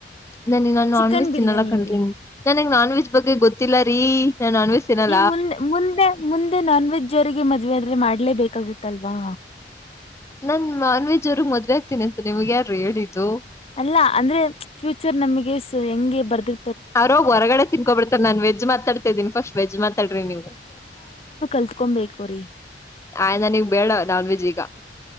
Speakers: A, on the left; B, on the left.
A: ನಾನ ನಾನ್
B: ಚಿಕನ್
A: ನಾನ್ ವೆಜ್
B: ಬಿರಿಯಾನಿ
A: ತಿನ್ನಲ್ಲಾ ಕಣ್ರಿ
B: ಹೇಳಿ
A: ನನ್ಗ್ ನಾನ್ ವೆಜ್ ಬಗ್ಗೆ ಗೊತ್ತಿಲ್ಲ ರೀ ನಾನ್ ನಾನ್ ವೇಜ್ ತಿನ್ನಲ್ಲ
B: ಈ ಮುಂದೆ ಮುಂದೆ ಮುಂದೆ ನಾನ್ ವೆಜ್ ಅವರಿಗೆ ಮದುವೆ ಆದ್ರೆ ಮಾಡ್ಲೇಬೇಕಾಗುತ್ತಲ್ವಾ
A: ನನ್ ನಾನ್ ವೆಜ್ ಅವ್ರಗ್ ಮದುವೆ ಆಗ್ತೀನಿ ಅಂತ ನಿಮಿಗೆ ಯಾರು ಹೇಳಿದ್ದು
B: ಅಲ್ಲ ಅಂದ್ರೆ ಫ್ಯೂಚರ್ ನಮಗೆ ಹೆಂಗೆ ಬರ್ದ
A: ಅವ್ರೋಗ್ ಹೊರಗಡೆ ತಿನ್ಕೊಬಿಡ್ತಾರೆ ನಾನ್ ವೆಜ್ ಮಾತಾಡ್ತಾ ಇದ್ದೀನಿ ಫಸ್ಟ್ ವೆಜ್ ಮಾತಾಡ್ರಿ ನೀವು
B: ತಿಳತ್ಕೊ ಬು್ರೀ
A: ಆಯ್ ನನಗ್ ಬೇಡ ನಾನ್ ವೆಜ್ ಈಗ